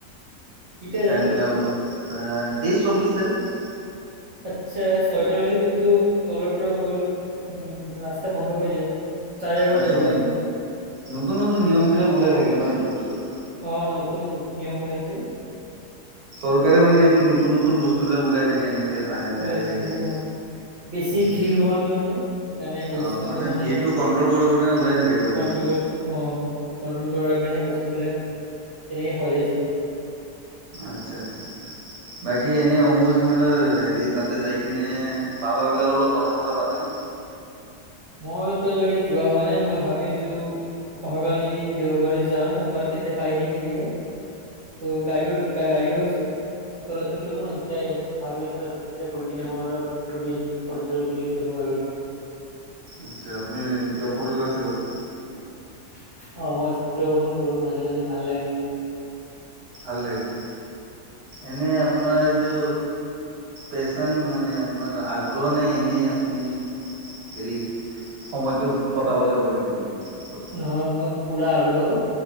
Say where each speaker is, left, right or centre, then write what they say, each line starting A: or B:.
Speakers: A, on the right (about 60°); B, on the right (about 80°).
A: কেতিয়া
B: ফেন
A: যাব
B: বিলাক অলপ, তেইশ চৌব্বিছ তাৰিখ।
A: আচ্ছা ছয়টাৰ পিছত কিন্তু তলৰ পৰা পৰ উপৰ উমমম ৰাস্তা বন্ধ হৈ যায়। তাৰে আগত
B: আচ্ছা
A: যাব লাগিব
B: নতুন -নতুন নিয়ম বিলাক ওলাই থাকে ন'এইটো বস্তুটোৰ।
A: অ নতুন নিয়ম ওলাইছে।
B: চৰকাৰে মানে এইটো নতুন নতুন বস্তু বিলাক ওলাই থাকে এনেকে। লাহে লাহে
A: ওলাই থাকে
B: হেৰি
A: অ, বেছি
B: হেৰি
A: ভিৰ নোহোৱাৰ কাৰণে সেইকাৰণে বস্তুটো
B: অ
A: মানে
B: ভিৰটো কন্ট্ৰল কৰিবৰ কাৰণে ওলাই থাকে এইবিলাক
A: কন্ট্ৰল
B: বস্তু
A: কৰি অ, ' কন্ট্ৰল কৰাৰ কাৰণে বস্তুবিলাক তেনেকে সজাইছে।
B: আচ্ছা -আচ্ছা বাকী এনেই অম্বুবচী মেলাৰ হেৰি তাতে যাই কিনে বাবাবিলাকৰ লগত কথা -চথা পাতেনে?
A: মই এতিয়ালৈকে যোৱা হোৱা নাই মই ভাবি আছো অহাকালি দেওবাৰে যাম এবাৰ তেতিয়া খালি খালি থাকিব ত' গাড়ীও- গাড়ীও চলাচল কৰিব ন 'তেতিয়া ভাবি আছো গৈ কিনে মই অলপ ঘূৰি আহিম ফটো চটো তুলিম তেনেকুৱা কিবা,
B: আচ্ছা আপুনি কিবা ফটোগ্ৰাফি কৰে?
A: অহ' মই চিত্ৰ গ্ৰহণ কৰো মাজে মাজে ভাল লাগে মোক।
B: ভাল লাগে। এনে, আপোনাৰ এইটো পেচন মানে আপোনাৰ আগ্ৰহ নে এনেই আপুনি হেৰি সময়টো কটাবলৈ কৰি থাকে এইখিনি? বস্তু
A: নহয় মই, - পুৰা আগ্ৰহ।